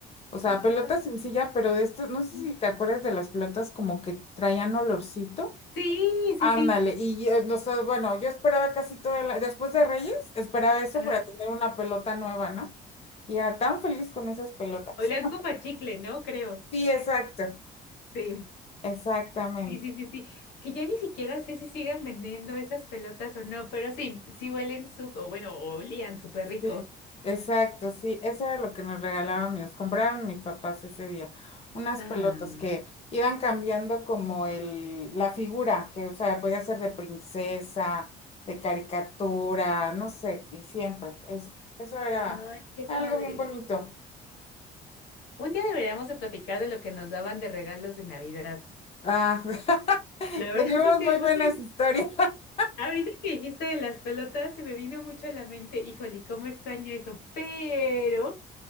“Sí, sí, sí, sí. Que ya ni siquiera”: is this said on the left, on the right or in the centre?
Left